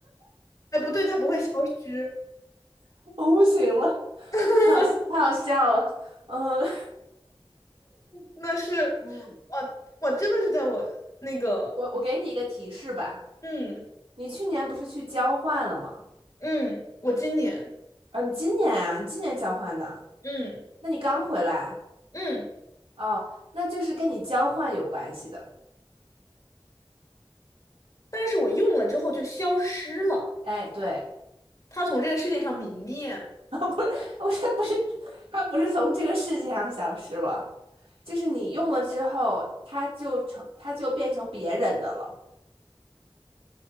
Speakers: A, on the left; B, on the right.
A: 哎，不对，它不会消失，
B: <clears throat> 我不行了，
A: <laughs>
B: 太好太好笑了。嗯
A: 那是，
B: 嗯，
A: 我我真的是在我那个，
B: 我我给你一个提示吧，
A: 嗯
B: 你去年不是去交换了吗？
A: 嗯，我今年，
B: 啊，你今年啊，你今年交换的，
A: 嗯
B: 那你刚回来。
A: 嗯，
B: 哦，那就是跟你交换有关系的。
A: 但是我用了之后就消失了。
B: 哎，对，
A: 它从这个世界上泯灭。
B: <laughs> 不是，不是，不是，它不是从这个世界上消失了，就是你用了之后，它就成，它就变成别人的了。